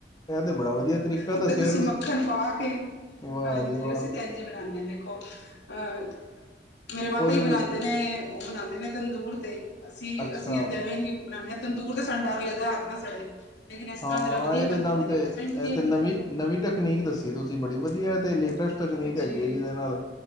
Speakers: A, on the left; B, on the left.
A: ਇਹ ਤੇ ਬੜਾ ਵਧੀਆ ਤਰੀਕਾ ਦੱਸਿਆ
B: ਉੱਤੇੇ ਤੁਸੀਂ ਮੱਖਣ ਪਾ ਕੇ
A: ਵਾਹ
B: ਹਾਂਜੀ।
A: ਜੀ ਵਾਹ
B: ਅਸੀਂ ਤੇ ਇੰਜ ਬਣਾਉਾਨਦੇ ਹਾਂ ਦੇਖੋ। ਅਹ ਮੇਰੇ ਮਾਤਾ
A: ਉਹਦੇ
B: ਹੀ
A: ਵਿੱਚ
B: ਬਣਾਉਂਦੇ ਨੇ ਉਹ ਬਨਾਉਂਦੇ ਨੇ ਤੰਦੂਰ ਤੇ। ਅਸੀਂ-ਅਸੀਂ
A: ਅੱਛਾ
B: ਇਹ ਦ ਬਣਾਦੇ ਹ ਤਦੂਰ ਤੇ ਸਨ ਡਰ ਲਗਦਾ ਹੱਥ ਨਾ ਸੜੇ। ਲੇਕਿਨ ਇਸ
A: ਹਾਂ।
B: ਤਰ੍ਹਾਂ ਜਿਹੜਾ ਵਧੀਆ
A: ਇਹਦੇ
B: ਬਣ
A: ਨਾਲੱ
B: ਜਾਂਦੇ
A: ਤੇ
B: ਨੇ ਉਸ ਤਰ੍ਹਾਂ ਹੀ ਵਧੀਆ
A: ਇਹ ਤਿੰ
B: ਬਣਦੇ
A: ਨਵੀ
B: ਨੇ
A: ਨਵੀਂ ਤਕਨੀਕ ਦੱਸੀ ਤੁਸੀਂ ਬੜੀ ਵਧੀਆ ਅਤੇ ਲੇਟੈਸਟ ਤਕਨੀਕ
B: ਜੀ
A: ਹੈਗੀ ਹੈ ਜਿਹਦੇ ਨਾਲ